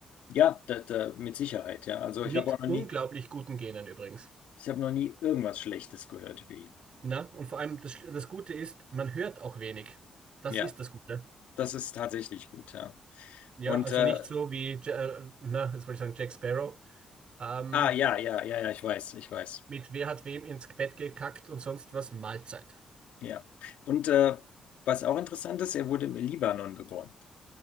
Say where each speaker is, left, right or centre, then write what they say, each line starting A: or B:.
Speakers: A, on the left; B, on the right.
A: Ja, da, da, mit Sicherheit, ja. Also
B: Mit
A: ich habe auch noch
B: unglaublich
A: nie.
B: guten Genen übrigens.
A: Ich habe noch nie irgendwas Schlechtes gehört über ihn.
B: Na? Und vor allem das, das Gute ist, man hört auch wenig. Das
A: Ja,
B: ist das Gute.
A: das ist tatsächlich gut, ja.
B: Ja,
A: Und
B: also
A: äh,
B: nicht so wie, Ja- äh, na, jetzt wollte ich sagen, Jack Sparrow, ähm,
A: ah ja, ja, ja, ja, ich weiß, ich weiß.
B: mit wer hat wem ins Bett gekackt und sonst was, Mahlzeit.
A: Ja. Und äh, was auch interessant ist, er wurde im Libanon geboren.